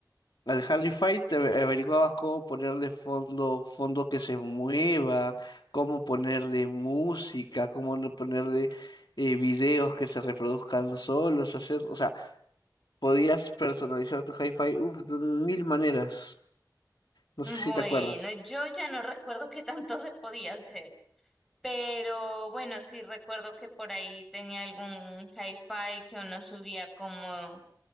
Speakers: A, on the left; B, in the centre.
A: al Hi-Fi te ave- averiguabas cómo ponerle fondo, fondo que se mueva, cómo ponerle música, cómo no ponerle eh, videos que se reproduzcan solos, hacer, o sea, podías personalizar tu hi-fi uf, de mil maneras. No
B: Bueno,
A: sé si te acuerdas.
B: yo ya no recuerdo qué tanto se podía hacer, pero bueno, sí recuerdo que por ahí tenía algún hi-fi que uno subía como,